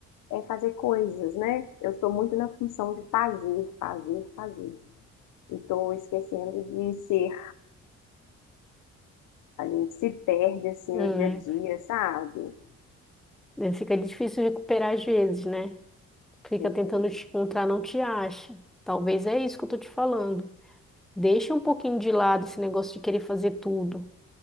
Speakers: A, on the left; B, in the centre.
A: é fazer coisas, né? Eu estou muito na função de fazer, fazer, fazer. E estou esquecendo de ser. A gente se perde, assim,
B: Hum,
A: no dia a dia, sabe?
B: é. Fica difícil recuperar às vezes, né? Fica
A: Pois
B: tentando
A: é,
B: te encontrar, não te acha. Talvez é isso que eu tô te falando. Deixa um pouquinho de lado esse negócio de querer fazer tudo.